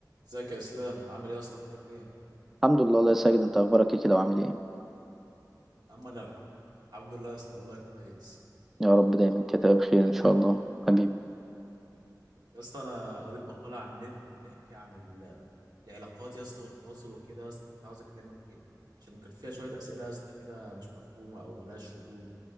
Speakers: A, on the right (about 75°); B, in the centre.
A: ازيك يا اسلام عامل ايه يا اسطى اخبارك ايه يا
B: الحمد لله الله يا ساجد انت اخبارك ايه كده وعامل ايه
A: عم انا الحمد الحمد لله يا اسطى والله كويس
B: يا رب دايما كده بخير ان شاء الله حبيبي
A: يا اسطى انا قريت مقاله على النت بتحكي عن ال- العلاقات يا اسطى والتواصل وكده يا اسطى كنت عاوز اكلمك فيها عشان كان فيها شويه اسئله يا اسطى كده مش مفهومه او ملهاش ردود